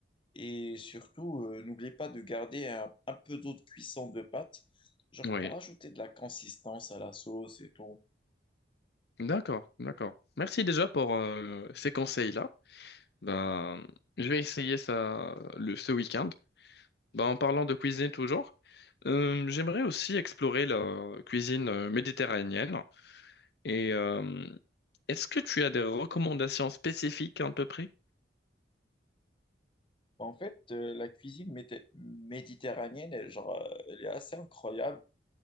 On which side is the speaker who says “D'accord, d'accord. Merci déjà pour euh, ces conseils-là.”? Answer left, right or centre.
Left